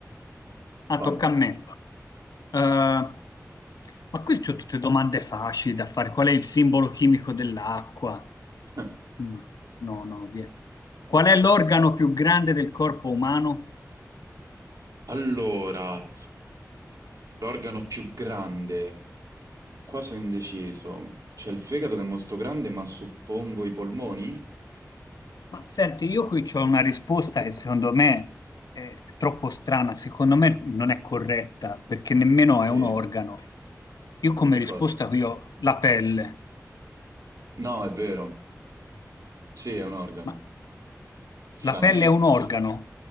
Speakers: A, on the left; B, on the right.
A: Ah,
B: vai.
A: tocca a me. Eh, ma qui c'ho tutte domande facili da fare. Qual è il simbolo chimico dell'acqua?
B: <laughs>
A: Mm, no, no, via. Qual è l'organo più grande del corpo umano?
B: Allora, l'organo più grande. Qua sono indeciso. C'è il fegato che è molto grande, ma suppongo i polmoni?
A: Ma senti, io qui c'ho una risposta che secondo me è troppo strana, secondo me non è corretta perché nemmeno è
B: Sì.
A: un organo. Io come
B: Che
A: risposta
B: cosa?
A: qui ho la pelle,
B: No, è vero. Sì, è un organo.
A: ma
B: Stranamente,
A: la pelle è un organo?
B: sì.